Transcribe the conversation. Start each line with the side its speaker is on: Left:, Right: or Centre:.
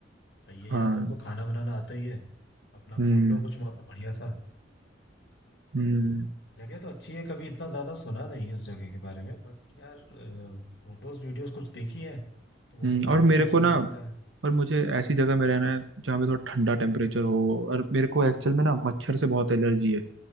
Left: सही है
Right: हाँ
Left: यार तुमको खाना बनाना आता ही है अपना
Right: हम्म
Left: खोल लो कुछ वहाँ पे बढ़िया सा
Right: हम्म
Left: जगह तो अच्छी है कभी इतना ज्यादा सुना नहीं है उस जगह के बारे में बट यार फोटोज वीडियोस कुछ देखी है तो वो
Right: हम्म,
Left: तो
Right: और
Left: बहुत
Right: मेरे
Left: खूबसूरत
Right: को ना
Left: दिखता है
Right: और मुझे ऐसी जगह में रहना है जहाँ पे थोड़ा ठंडा टेम्परेचर हो और मेरे को एक्चुअल में ना मच्छर से बहुत एलर्जी है